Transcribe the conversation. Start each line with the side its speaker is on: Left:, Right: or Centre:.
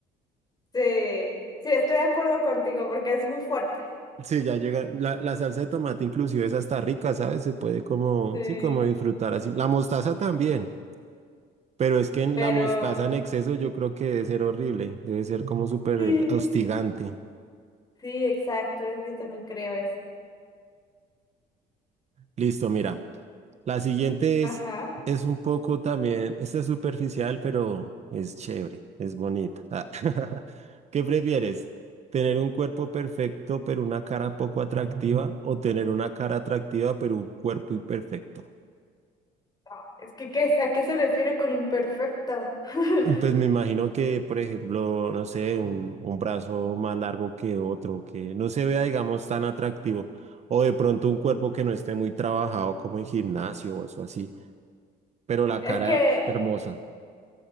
Left: Sí, sí, estoy de acuerdo contigo porque es muy fuerte.
Right: Sí, ya llega. La, la salsa de tomate inclusive es hasta rica, ¿sabes? Se puede como,
Left: Sí,
Right: sí, como disfrutar así. La mostaza también. Pero es que en
Left: pero
Right: la mostaza en exceso yo creo que debe ser horrible, debe ser como súper
Left: sí,
Right: hostigante.
Left: sí, exacto, es- yo también creo eso.
Right: Listo, mira. La siguiente
Left: Ajá.
Right: es, es un poco también, esta es superficial, pero es chévere, es bonita. Ah, <laughs> ¿Qué prefieres? ¿Tener un cuerpo perfecto pero una cara poco atractiva o tener una cara atractiva pero un cuerpo imperfecto?
Left: Ah, Es que, ¿qué es- ¿a qué se refiere con imperfecto? <laughs>
Right: Pues me imagino que, por ejemplo, no sé, un, un brazo más largo que otro, que no se vea, digamos, tan atractivo, o de pronto un cuerpo que no esté muy trabajado como en gimnasio o eso así, pero la
Left: Es
Right: cara
Left: que,
Right: hermosa.